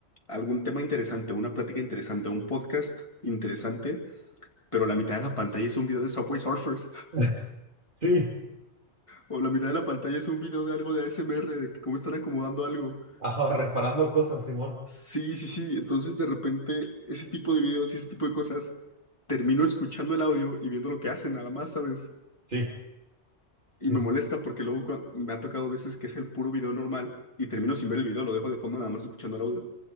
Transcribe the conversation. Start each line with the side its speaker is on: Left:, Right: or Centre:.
Left: algún tema interesante, una plática interesante, un podcast interesante, pero la mitad de la pantalla es un video de Subway Surfers.
Right: <laughs> Sí.
Left: O la mitad de la pantalla es un video de algo de ASMR, de que cómo están acomodando algo.
Right: Ajá, reparando cosas, Simón.
Left: Sí, sí, sí. Entonces, de repente, ese tipo de videos y ese tipo de cosas, termino escuchando el audio y viendo lo que hacen, nada más, ¿sabes?
Right: Sí, Sí.
Left: Y me molesta porque luego cua- me ha tocado veces que es el puro video normal y termino sin ver el video, lo dejo de fondo nada más escuchando el audio.